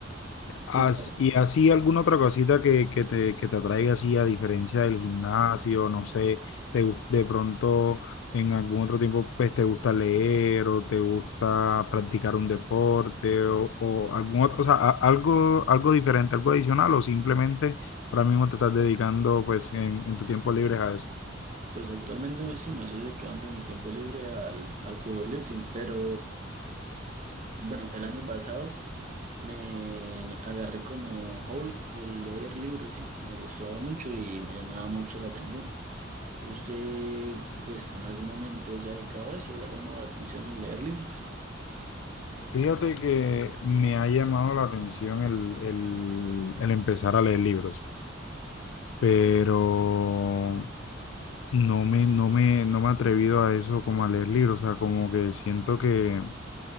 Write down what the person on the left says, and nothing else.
As-
y así alguna otra cosita que, que te, que te atraiga así a diferencia del gimnasio, no sé, te, gu- de pronto en algún otro tiempo pues te gusta leer o te gusta practicar un deporte o, o algún otro, o sea, a- algo, algo diferente, algo adicional o simplemente ahora mismo te estás dedicando pues en, en tu tiempo libre a eso.
Fíjate que me ha llamado la atención el, el el empezar a leer libros, pero... No me, no me, no me he atrevido a eso como a leer libros, o sea, como que siento que